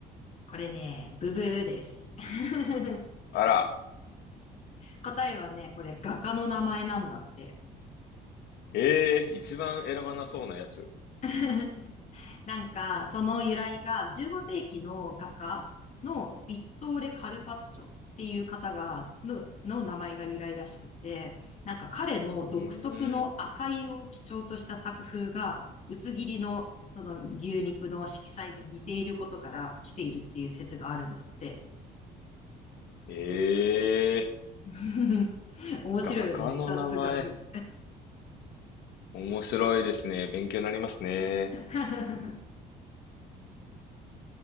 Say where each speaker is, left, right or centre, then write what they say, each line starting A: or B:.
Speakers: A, on the left; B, on the left.
A: これね、ブブーです。<laughs>
B: あら、
A: 答えはね、これ画家の名前なんだって。
B: えー、一番選ばなそうなやつ。<laughs> う
A: <laughs> なんか、その由来が15世紀の画家のヴィットーレ・カルパッチョっていう方が、の、の名前が由来らしくて、なんか彼の独特の赤色を基調とした作風が薄切りのその牛肉の色彩に似ていることから来ているっていう説があるんだって。
B: ーん。ええ
A: <laughs> 面白いよね。
B: 画家の名前。
A: 雑学。
B: 面白いですね。勉強になりますね。
A: <laughs>